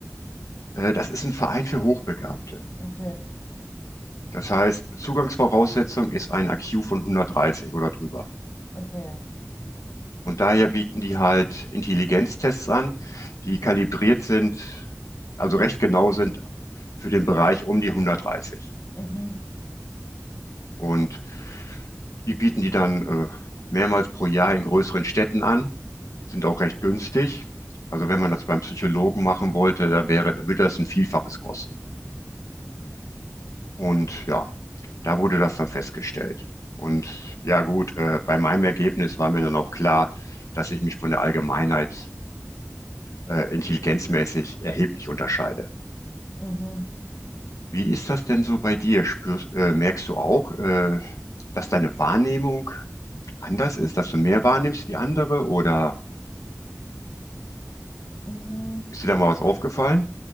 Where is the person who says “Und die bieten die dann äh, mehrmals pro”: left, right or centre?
Left